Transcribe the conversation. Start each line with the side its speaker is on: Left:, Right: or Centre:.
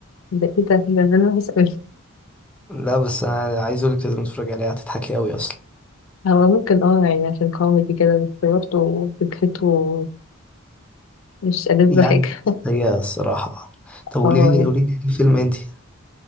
Left: ده ايه ده ده ده انا بس <laughs>
Centre: لا بس انا عايز اقولك لازم تتفرج عليها هتضحكي قوي اصلا
Left: هو ممكن اه يعني عشان كوميدي كده بس برضه فكرته مش ألذ
Centre: يعني
Left: حاجة <laughs>
Centre: هي الصراحة طب قولي
Left: اه
Centre: لي
Left: يعني
Centre: قولي لي فيلم انتي